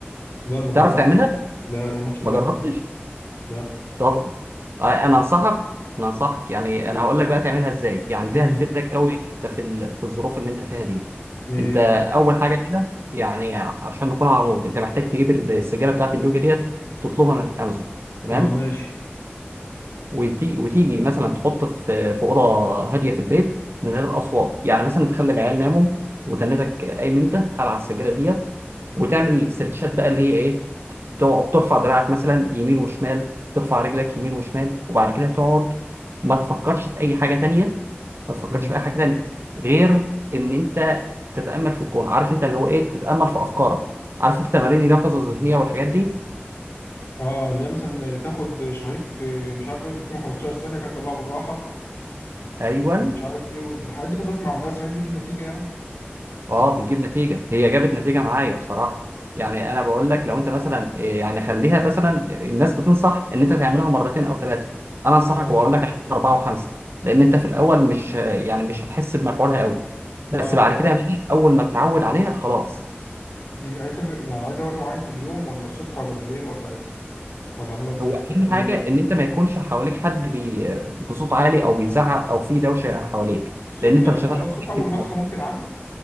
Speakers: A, on the left; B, on the right.
A: لا ما جربتش
B: تعرف تعملها
A: لا لا ما حدش قال
B: ما
A: لي
B: جربتش
A: على الحاجة دي لا
B: طبعا آه، انا انصحك انا انصحك يعني انا هقول لك بقى تعملها ازاي يعني
A: امم
B: دي هتفيدك قوي انت في ال- في الظروف اللي انت فيها دي
A: إيه
B: انت اول حاجه كده يعني عشان نكون على نور انت محتاج تجيب السجاره بتاعت اليوجا ديت تطلبها من امازون تمام
A: أه ماشي
B: وتي... وتيجي مثلا تحط في في اوضه هاديه في البيت من غير اصوات يعني مثلا تخلي العيال ناموا وتنتك قايم انت على السجاره ديت وتعمل السيرتشات بقى اللي هي ايه تقعد ترفع دراعك مثلا يمين وشمال ترفع رجلك يمين وشمال وبعد كده تقعد ما تفكرش في اي حاجه تانية ما تفكرش
A: امم
B: في اي حاجه تانية غير ان انت تتامل في الكون عارف انت اللي هو ايه تتامل في افكارك عارف انت تمارين اليقظه الذهنيه والحاجات دي
A: اه اللي هي مثلا تاخد شهيق آه، مش عارف ايه وتكتمه 15 ثانية كانت تطلعه بالراحة
B: ايوه
A: مش عارف ايه والحاجات دي كنت بسمع عن الناس الحاجات دي بتجيب نتيجه يعني
B: اه بتجيب نتيجه هي جابت نتيجه معايا بصراحه يعني انا بقول لك لو انت مثلا إيه، يعني خليها مثلا الناس بتنصح ان انت تعملها مرتين او ثلاثه انا انصحك
A: اه
B: واقول لك اعمل اربعه وخمسه لان انت في الاول مش يعني مش هتحس بمفعولها قوي بس
A: اه
B: بعد كده بقى اول ما تتعود عليها خلاص
A: دي هتفرق يعني عايزه وقت معين في اليوم ولا الصبح ولا بالليل ولا ولا اعملها ازاي
B: هو
A: في
B: اهم
A: اي
B: حاجه
A: وقت
B: ان انت ما يكونش حواليك حد بي بصوت عالي او بيزعق او في دوشه حواليك
A: الصبح
B: لان انت
A: يعني
B: مش هتعرف
A: خلاص الصبح
B: تركز
A: اول ما اصحى ممكن عادي